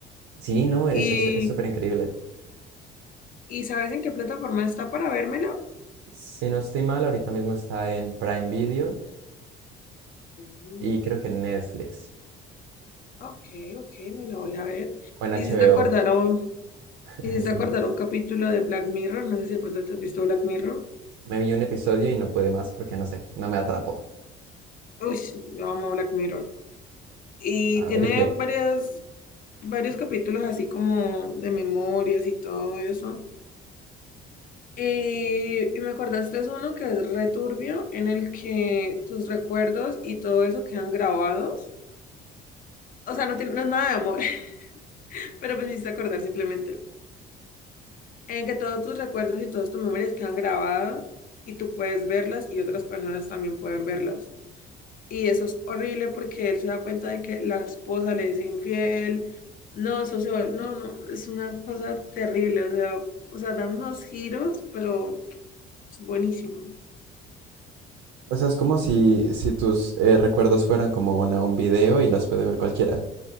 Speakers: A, on the right; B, on the left.
A: Sí, no, es,
B: ¿Y,
A: es, es súper increíble.
B: y sabes en qué plataforma está para vérmela?
A: Si no estoy mal, ahorita mismo está en Prime Video
B: Mm,
A: y creo que en Netflix
B: Ok, ok, me la voy a ver.
A: o en HBO.
B: Me hiciste acordar a un,
A: <laughs>
B: me hiciste
A: Entonces,
B: acordar a un capítulo de Black Mirror. No sé si de pronto te has visto Black Mirror.
A: me vi un episodio y no pude más porque no sé, no me atrapó.
B: Uy, yo amo Black Mirror. Y
A: A
B: tiene
A: ver, ¿y qué?
B: varias, varios capítulos así como de memorias y todo eso. Y, y me acordaste es uno que es returbio, en el que tus recuerdos y todo eso quedan grabados. O sea, no, tiene, no es nada de amor, <laughs> pero pues me hiciste acordar simplemente. En que todos tus recuerdos y todas tus memorias quedan grabadas y tú puedes verlas y otras personas también pueden verlas. Y eso es horrible porque él se da cuenta de que la esposa le es infiel. No, eso se va- no, no, es una cosa terrible. O sea, o sea, dan unos giros, pero es buenísimo.
A: O sea, es como si, si tus eh, recuerdos fueran como una, un video y los puede ver cualquiera.